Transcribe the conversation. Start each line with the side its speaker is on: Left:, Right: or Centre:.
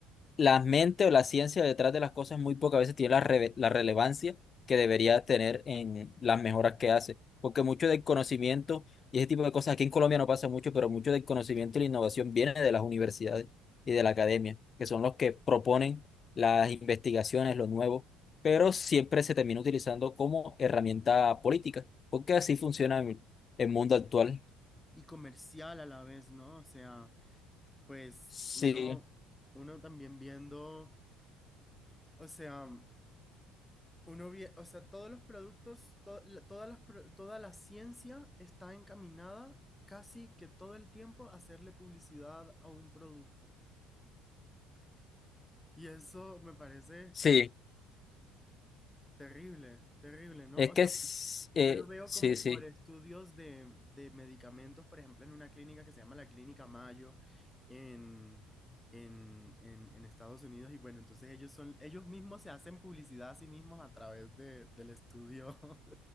Left: la mente o la ciencia detrás de las cosas muy pocas veces tiene la, reve- la relevancia que debería tener en las mejoras que hace. Porque mucho del conocimiento y ese tipo de cosas, aquí en Colombia no pasa mucho, pero mucho del conocimiento y la innovación viene de las universidades y de la academia, que son los que proponen las investigaciones, lo nuevo, pero siempre se termina utilizando como herramienta política, porque así
Centre: Y,
Left: funciona el el mundo actual.
Centre: y comercial a la vez, ¿no? O sea, pues
Left: Sí,
Centre: uno, uno también viendo, o sea... Uno vie- o sea, todos los productos, to- la- todas las pro- toda la ciencia está encaminada casi que todo el tiempo a hacerle publicidad a un producto. Y eso me parece
Left: sí,
Centre: Terrible, terrible, ¿no?
Left: es
Centre: O
Left: que
Centre: sea,
Left: es-
Centre: pues,
Left: eh,
Centre: yo lo veo
Left: sí,
Centre: como
Left: sí.
Centre: por estudios de, de medicamentos, por ejemplo, en una clínica que se llama la Clínica Mayo en, en, en, en Estados Unidos. Y bueno, entonces ellos son, ellos mismos se hacen publicidad a sí mismos a través de, del estudio <laughs>